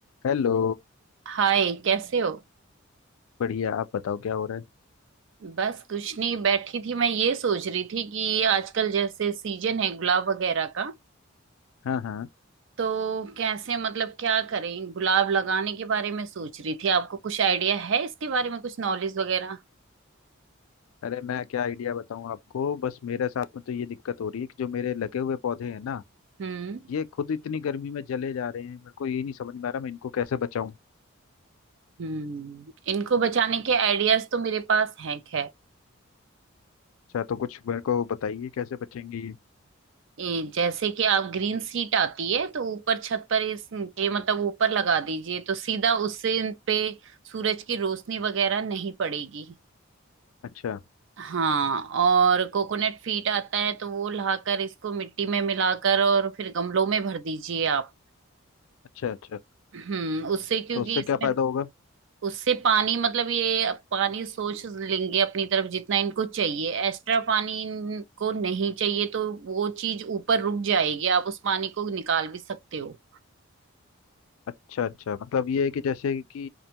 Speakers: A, on the left (about 75°); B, on the right (about 60°).
A: Hello
B: हाय कैसे हो
A: बढ़िया आप बताओ क्या हो रहा है
B: बस कुछ नहीं बैठी थी मैं ये सोच रही थी कि ये आजकल जैसे सीजन है गुलाब वगैरह का
A: हाँ हाँ
B: तो कैसे मतलब क्या करें गुलाब लगाने के बारे में सोच रही थी आपको कुछ आइडिया है इसके बारे में कुछ नॉलेज वगैरह
A: अरे मैं क्या आइडिया बताऊं आपको बस मेरे साथ में तो ये दिक्कत हो रही है कि जो मेरे लगे हुए पौधे हैं ना
B: हम्म
A: ये खुद इतनी गर्मी में जले जा रहे हैं मेरे को ये नहीं समझ में आ रहा मैं इनको कैसे बचाऊं
B: हम्म इनको बचाने के आइडियाज तो मेरे पास हैं खैर
A: अच्छा तो कुछ मेरे को बताइए कैसे बचेंगे ये
B: ये जैसे कि आप ग्रीन सीट आती है तो ऊपर छत पर इसके मतलब ऊपर लगा दीजिए तो सीधा उससे इन पे सूरज की रोशनी वगैरह नहीं पड़ेगी
A: अच्छा
B: हाँ और कोकोनट फीट आता है तो वो लाकर इसको मिट्टी में मिलाकर और फिर गमलों में भर दीजिए आप
A: अच्छा अच्छा
B: हम्म उससे क्योंकि
A: तो उससे
B: इसमें
A: क्या फायदा होगा
B: उससे पानी मतलब ये पानी सोच लेंगे अपनी तरफ जितना इनको चाहिए एक्स्ट्रा पानी इनको नहीं चाहिए तो वो चीज ऊपर रुक जाएगी आप उस पानी को निकाल भी सकते हो
A: अच्छा अच्छा मतलब ये है कि जैसे कि